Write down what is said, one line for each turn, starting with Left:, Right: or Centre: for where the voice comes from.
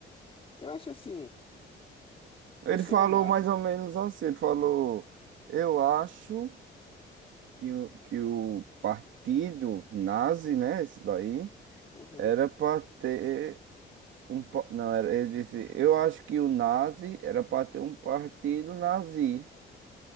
Left: Eu acho assim,
Right: Ele
Left: isso
Right: falou
Left: é errado.
Right: mais ou menos assim, ele falou, eu acho. que o, que o partido nazi, né, esse daí,
Left: Uhum,
Right: era para ter um, pa- não, era, ele disse, eu acho que o nazi era para ter um partido nazi.